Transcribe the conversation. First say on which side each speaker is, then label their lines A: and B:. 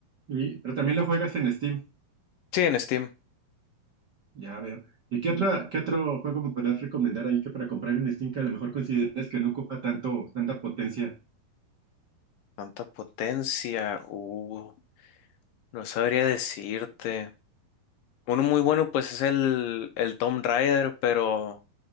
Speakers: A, on the right (about 55°); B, on the left (about 75°).
A: Y, pero también lo juegas en Steam.
B: Sí, en Steam.
A: Ya veo. ¿Y qué otra, qué otro juego me podrías recomendar ahí que para comprar en Steam que a lo mejor consideres que no ocupa tanto, tanta potencia?
B: Tanta potencia, uh, no sabría decirte. Uno muy bueno pues es el, el Tomb Raider, pero